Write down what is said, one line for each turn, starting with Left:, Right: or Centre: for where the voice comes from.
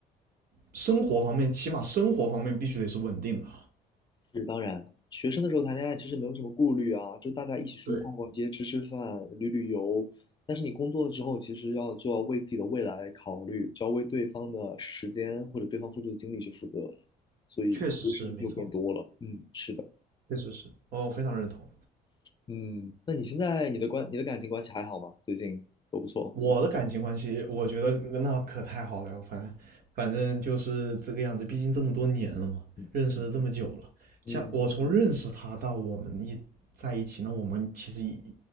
Right: 生活方面，起码生活方面必须得是稳定的。
Left: 是，当然，学生的时候谈恋爱其实没有什么顾虑啊，就大家一起出去逛逛街、
Right: 对，
Left: 吃吃饭、旅旅游。但是你工作了之后，其实要就要为自己的未来考虑，就要为对方的时间或者对方付出的精力去负责，所以考虑的事情就变多了。
Right: 确实是没错，
Left: 嗯，是的，
Right: 确实是，哦，非常认同。
Left: 嗯，那你现在你的关你的感情关系还好吗？最近都不错。
Right: 我的感情关系，我觉得那可太好了，反正反正就是这个样子，毕竟这么多年了嘛，
Left: 嗯嗯。
Right: 认识了这么久了，像我从认识他到我们一在一起，
Left: 嗯
Right: 那我们其实已